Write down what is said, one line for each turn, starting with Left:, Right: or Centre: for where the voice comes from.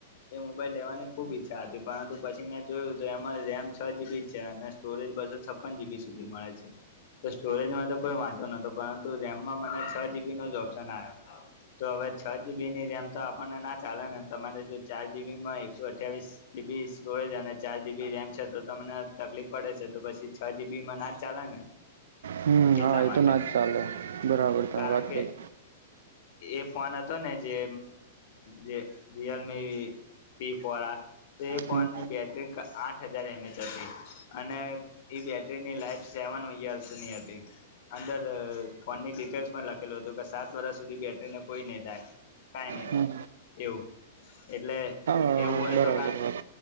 Left: એ મોબાઈલ લેવાની ખૂબ ઈચ્છા હતી. પરંતુ પછી મેં જોયું, તો એમાં રેમ છ જીબી છે અને સ્ટોરેજ બસો છપ્પન જીબી સુધી મળે છે. તો સ્ટોરેજમાં તો કોઈ વાંધો નહતો, પરંતુ રેમમાં મને છ જીબી ન જ ઓપ્શન આવ્યો. તો હવે છ જીબી ની રેમ તો આપણને ના ચાલે ને? તમારે જો ચાર જીબીમાં એકસો અઠવીસ જીબી સ્ટોરેજ અને ચાર જીબી રેમ છે, તો તમને તકલીફ પડે છે. તો પછી છ જીબીમાં ના જ ચાલે ને.
Right: હમ,
Left: એટલા
Right: હા, એ
Left: માટે
Right: તો ના જ ચાલે. બરાબર, તમે
Left: કારણ
Right: વાત
Left: કે
Right: કહી.
Left: એ ફોન હતો ને, જે જે રિયલમી પી ફોર આ. તો એ ફોનની
Right: હમ
Left: બેટરી આઠ હજાર એમએચ હતી અને એ બેટરીની લાઈફ સેવન યર્સની હતી. અંદર ફોનની ડિટેલ્સમાં લખેલું હતું કે, સાત વર્ષ સુધી બેટરીને કોઈ નહી થાય, કંઈ નહીં
Right: હમ
Left: થાય એવું. એટલે
Right: હા
Left: એવું હોય
Right: બરાબર
Left: તો કાંક